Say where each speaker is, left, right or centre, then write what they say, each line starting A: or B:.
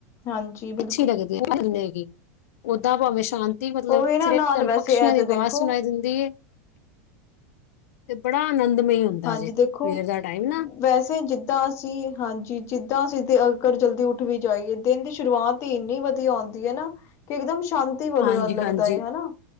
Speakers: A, on the left; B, on the left.
A: ਹਾਂਜੀ। ਬਿਲ
B: ਅੱਛੀ ਲੱਗਦੀ ਆ <unintelligible> ਹੈਗੀ। ਓਦਾਂ ਭਾਵੇਂ ਸ਼ਾਂਤੀ ਮਤਲਬ
A: ਉਹੀ ਨਾ
B: ਸਿਰਫ
A: ਨਾਲ
B: ਇਕ ਤੈਨੂੰ
A: ਵੈਸੇ
B: ਪਕਸ਼ੀਆਂ
A: ਇਹ
B: ਦੀ
A: ਤੇ
B: ਆਵਾਜ਼
A: ਦੇਖੋ
B: ਸੁਣਾਈ ਦਿੰਦੀ ਐ। ਤੇ ਬੜਾ ਆਨੰਦਮਈ ਹੁੰਦਾ
A: ਹਾਂਜੀ
B: ਜੇ ਸਵੇਰ
A: ਦੇਖੋ
B: ਦਾ ਟਾਈਮ ਨਾ
A: ਵੈਸੇ ਜਿੱਦਾਂ ਅਸੀਂ ਹਾਂਜੀ, ਜਿੱਦਾਂ ਅਸੀਂ ਅਗਰ ਜਲਦੀ ਉੱਠ ਵੀ ਜਾਈਏ ਦਿਨ ਦੀ ਸ਼ੁਰੂਆਤ ਤ ਇੰਨੀ ਵਧੀਆ ਆਉਂਦੀ ਹੈ ਨਾ ਕਿ ਇੱਕਦਮ ਸ਼ਾਂਤੀ ਵਲਆ
B: ਹਾਂਜੀ ਹਾਂਜੀ
A: ਲੱਗਦਾ ਏ ਹਨਾ।